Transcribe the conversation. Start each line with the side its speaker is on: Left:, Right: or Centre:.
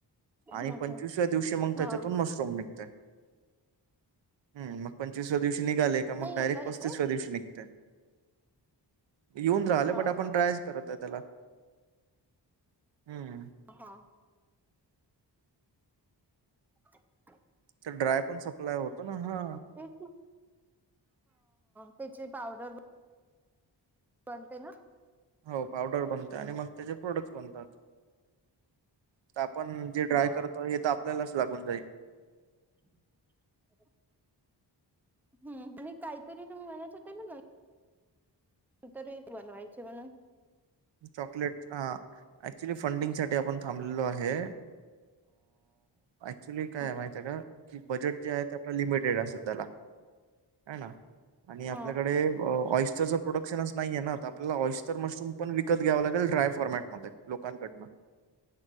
Right: आणि
Centre: ह
Right: पंचवीसव्या
Centre: ह
Right: दिवशी मग त्याच्यातून
Centre: हा हा
Right: मशरूम निघते हम मग पंचवीव्या दिवशी निघाले
Centre: नाही
Right: मग डायरेक्ट
Centre: आहे का
Right: पस्तीसव
Centre: इथे
Right: दिवशी निघ येऊन राहि
Centre: ह
Right: आपणा
Centre: हा
Right: करत त्याला हम्म
Centre: हा <inaudible>
Right: तर ड्राय पण सप्लाय होतो ना हा
Centre: ते त्याची पावडर अते ना
Right: हो पावडर बनत आणि मग त्याचे प्रोडक्ट्स बनतात तर आपण जे
Centre: हो
Right: ड्राय करतो हे तर आपल्यालाच लागून जाईल
Centre: <inaudible> ह आणि काहीतरी तुम्ही म्हणायच होता ना तरी बनवायचे म्हणून
Right: चॉकलेट हा ऍक्च्युली फंडिंग साठी आपण थांबलेलो आहे क्च्युली काय
Centre: ह
Right: माहिती आहे का की बजेट जे आहे त्या लिमिटेड आहेध्याला ना आणि आपल्याकडे
Centre: ह
Right: ऑस्टरचं प्रोडक्शनच नाहीये ना आपल्याला ऑइस्टर मशरूम पण विकत घ्यावा लागे ड्राय फॉर्मॅटमध्ये लोकांकडनं